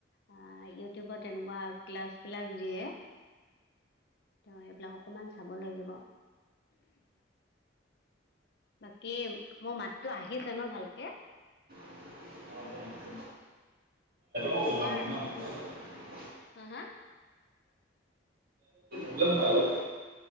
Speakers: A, on the left; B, on the right.
A: অ, ইউটিউবত তেনেকুৱা ক্লাছ বিলাক দিয়ে। ত' এইবিলাক অকণমান চাব লাগিব। বাকী মোৰ মাততো আহিছে ন' ভালকে?
B: <inaudible> <inaudible>
A: তোমাৰ হা হা?
B: হ'লেও ভাল অ'।